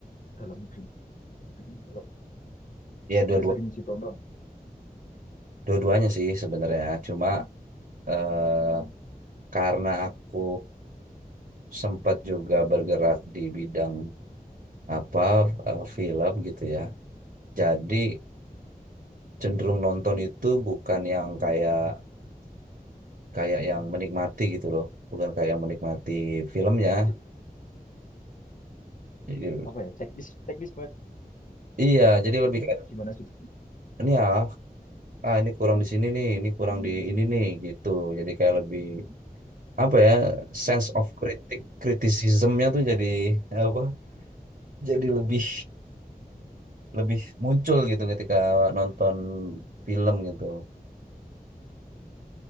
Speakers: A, on the left; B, on the right.
A: dalam negeri? Kalau
B: ya dua-dua
A: yang sering ditonton.
B: dua-duanya sih sebenarnya cuma eh, karena aku sempat juga bergerak di bidang apa eh, film gitu ya. Jadi cenderung nonton itu bukan yang kayak kayak yang menikmati gitu loh, bukan kayak yang menikmati filmnya.
A: berarti
B: Jadi,
A: apa ya teknis teknis banget
B: iya, jadi lebih
A: ini
B: kayak
A: gimana sudah
B: ini ya, ah ini kurang di sini nih, ini kurang di ini nih gitu. Jadi kayak lebih apa ya, sense of kritik kritisismnya tuh jadi apa? Jadi lebih lebih muncul gitu ketika nonton film gitu.